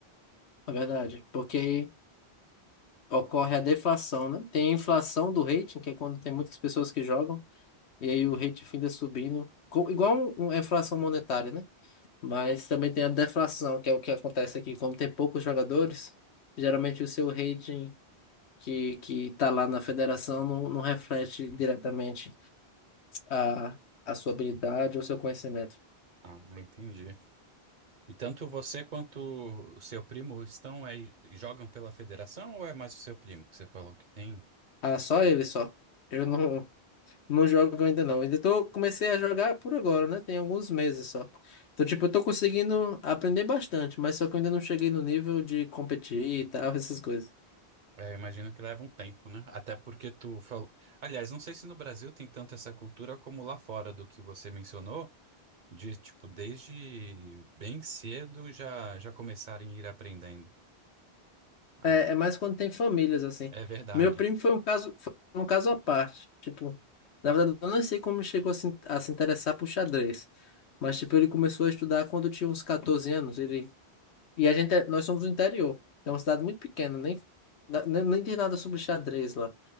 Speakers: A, on the left; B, on the right.
A: é verdade. Porque aí ocorre a deflação, né? Tem a inflação do rating, que é quando tem muitas pessoas que jogam, e aí o rating finda subindo, co- igual um- uma inflação monetária, né? Mas também tem a deflação, que é o que acontece aqui. Como tem poucos jogadores, geralmente o seu rating. que que está lá na federação não, não reflete diretamente a, a sua habilidade ou seu conhecimento.
B: Ah, entendi. E tanto você quanto o seu primo estão aí, jogam pela federação ou é mais o seu primo que você falou que tem?
A: Ah, só ele só. Eu não, não jogo ainda não. Ainda tô, comecei a jogar por agora, né? Tem alguns meses só. Então, tipo, eu tô conseguindo aprender bastante, mas só que eu ainda não cheguei no nível de competir e tal, <laughs> essas coisas.
B: É, eu imagino que leva um tempo, né? Até porque tu falou. Aliás, não sei se no Brasil tem tanto essa cultura como lá fora do que você mencionou, de tipo, desde bem cedo já já começarem a ir aprendendo. Ah,
A: É, é mais quando tem famílias, assim.
B: é verdade.
A: Meu primo foi um caso, foi um caso à parte. Tipo, na verdade, eu não sei como chegou a se, a se interessar por xadrez. Mas, tipo, ele começou a estudar quando tinha uns 14 anos. Ele... E a gente, é- nós somos do interior. É uma cidade muito pequena, nem, na- nem, nem tem nada sobre xadrez lá.